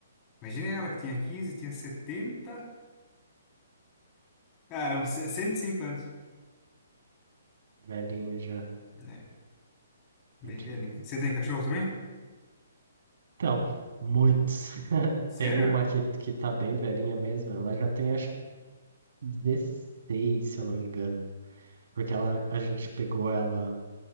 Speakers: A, on the left; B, on the right.
A: Imagina ela que tinha 15, tinha setenta, Caramba, 105 anos.
B: Velhinha já,
A: É, bem
B: tadinha.
A: velhinha. Você tem cachorro também?
B: Então, muitos. <laughs>
A: Sério?
B: Tem uma que, que tá bem velhinha mesmo, ela já tem acho que 16, se eu não me engano. Porque ela, a gente pegou ela